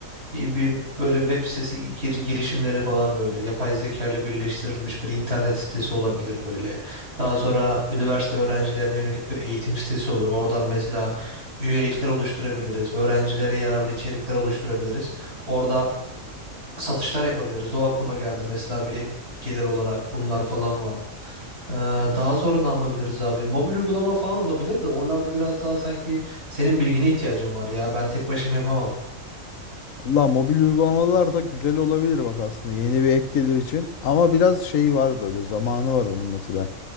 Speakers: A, on the right (about 50°); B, on the left (about 75°).
A: e, bir böyle web sitesi gir- girişimleri falan böyle yapay zeka ile birleştirilmiş bir internet sitesi olabilir böyle. Daha sonra üniversite öğrencilerine yönelik bir eğitim sitesi olur. Oradan mesela üyelikler oluşturabiliriz. Öğrencilere yararlı içerikler oluşturabiliriz. Orada satışlar yapabiliriz. O aklıma geldi mesela bir ek gelir olarak bunlar falan var. Ee, daha sonra ne yapabiliriz abi? Mobil uygulama falan olabilir de oralarda biraz daha sanki senin bilgine ihtiyacım var ya. Ben tek başıma yapamam.
B: Valla mobil uygulamalar da güzel olabilir bak aslında yeni bir ek gelir için. Ama biraz şey var böyle zamanı var onun mesela.